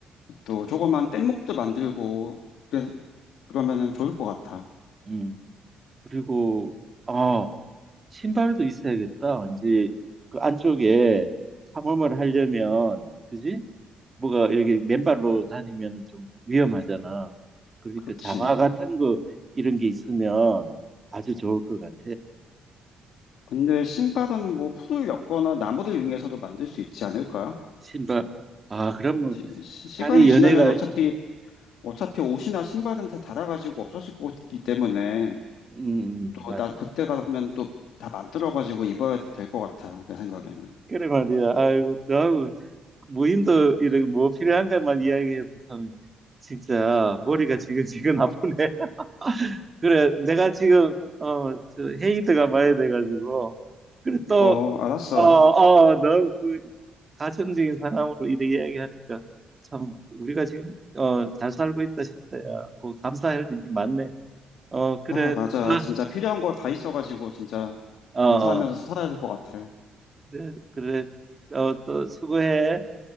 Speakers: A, on the left; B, on the right.
A: 또 조그만 뗏목도 만들고 그래서 그러면은 좋을 것 같아.
B: 음. 그리고 아, 신발도 있어야겠다. 이제 그 안쪽에 탐험을 하려면 그지? 뭐가 이렇게 맨발로 다니면은 좀 위험하잖아. 그러니까
A: 그렇지.
B: 장화 같은 거 이런 게 있으면 아주 좋을 것 같아.
A: 근데 신발은 뭐 풀을 엮거나 나무를 이용해서도 만들 수 있지 않을까?
B: 신발. 아, 그러면
A: 시, 시-
B: 살이
A: 시간이 지나면
B: 연애가
A: 어차피 어차피 옷이나 신발은 다 닳아가지고 없어질 것 같기 때문에
B: 음,
A: 또
B: 맞.
A: 나 그때 가면 또 다 만들어가지고 입어야 될 것 같아 내 생각에는.
B: 그래 말이야. 아이고, 너하고 무인도 이런 뭐 필요한 것만 이야기해도 참 진짜 머리가 지근지근 아프네. <laughs> 그래, 내가 지금 어, 저 헤이드가 많이 돼가지고 그래 또
A: 어 알았어.
B: 어, 어, 너그 가정적인 사람으로 이렇게 이야기하니까 참 우리가 지금 어, 잘 살고 있다 싶다. 야, 꼭 감사할 일이 많네. 어, 그래.
A: 아 맞아
B: 또 봐.
A: 진짜 필요한 거 다 있어가지고 진짜
B: 어, 어.
A: 감사하면서 살아야 될 것 같아.
B: 그래, 그래. 어, 또 수고해.